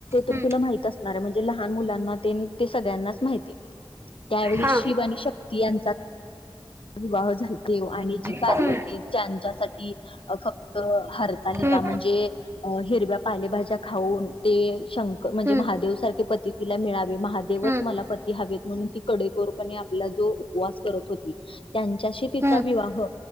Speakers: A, on the left; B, on the right.
A: तर
B: हम्म
A: तुला माहित अस म्हणजे लहान मुलांना त्येन सगळ्यांनाच माहितीय, त्यावेळी
B: हा
A: शिव आणि शक्ती याचा विवाह झालते आणि जी पार्वती
B: हम्म
A: ज्यांच्यासाठी फक्त हरतालीका
B: हम्म
A: म्हणजे हिरव्या पालेभाज्या खाऊन, ते शंक म्हणजे
B: हम्म
A: महादेव सारखे पती तिला मिळावे, महादेवच
B: हम्म
A: मला पती हवेेत. म्हणून ती कडेकोरपणे आपला जो उपवास करत होती त्यांच्याशी तिचा
B: हम्म
A: विवाह